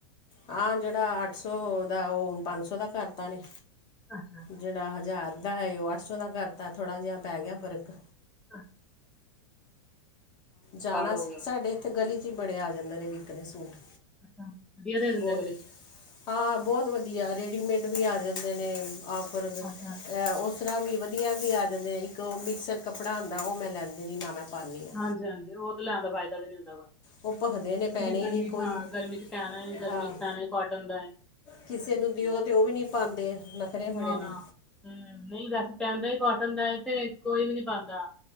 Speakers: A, on the left; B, in the centre.
A: ਆਹ ਜਿਹੜਾ ਅੱਠ ਸੌ ਦਾ, ਉਹ ਪੰਜ ਸੌ ਦਾ ਕਰਤਾ ਨੇ।
B: ਅੱਛਾ।
A: ਜਿਹੜਾ ਹਜ਼ਾਰ ਦਾ ਹੈ ਉਹ ਅੱਠ ਸੌ ਦਾ ਕਰਤਾ, ਥੋੜ੍ਹਾ ਜਿਹਾ ਪੈ ਗਿਆ ਫ਼ਰਕ
B: ਹਾਂਜੀ
A: ਜਾਣਾ
B: ਹੋ
A: ਸੀ
B: ਗਿਆ ਲੱਗਦਾ।
A: ਸਾਡੇ ਇੱਥੇ ਗਲੀ 'ਚ ਬੜੇ ਆ ਜਾਂਦੇ ਨੇ ਵਿਕਣੇ ਸੂਟ,
B: ਅੱਛਾ ਵਧੀਆ ਦੇ ਦਿੰਦੇ
A: ਬਹੁਤ
B: ਗਲੇ 'ਚ
A: ਹਾਂ। ਬਹੁਤ ਵਧੀਆ ਰੈਡੀਮੇਡ ਵੀ ਆ ਜਾਂਦੇ ਨੇ ਆਫਰ
B: ਅੱਛਾ
A: ਉਸ। ਤਰ੍ਹਾਂ ਵੀ ਵਧੀਆ ਵੀ ਆ ਜਾਂਦੇ ਨੇ, ਇੱਕ ਉਹ ਮਿਕਸਰ ਕੱਪੜਾ ਹੁੰਦਾ ਉਹ ਮੈਂ ਲੈਂਦੀ ਨੀ ਨਾ ਮੈਂ ਪਾਉਂਦੀ ਆ
B: ਹਾਂਜੀ ਹਾਂਜੀ, ਉਹ ਤੇ ਲੈਣ ਦਾ ਫਾਇਦਾ ਵੀ ਨੀ ਹੁੰਦਾ ਕੋ
A: ਉਹ ਭਖਦੇ ਨੇ ਪੈਣੇ
B: ਗਰਮੀ
A: ਹੀ ਨਹੀਂ
B: ਚ
A: ਕੋਈ
B: ਹਾਂ ਗਰਮੀ ਚ ਪੈਣਾ,
A: ਅਹ,
B: ਗਰਮੀ ਚ' ਪੈਣਾ ਹੈ ਕੋਟਨ ਦਾ ਹੈ।
A: ਕਿਸੇ ਨੂੰ ਦਿਓ ਤੇ ਉਹ ਵੀ ਨੀ ਪਾਉਂਦੇ। ਨਖਰੇ
B: ਨਾ
A: ਬੜੇ ਨੇ
B: ਨਾ, ਨਹੀਂ ਵੈਸੇ ਪੈਂਦਾ ਹੀ ਕੋਟਨ ਦਾ ਤੇ ਕੋਈ ਵੀ ਨੀ ਪਾਦਾਂ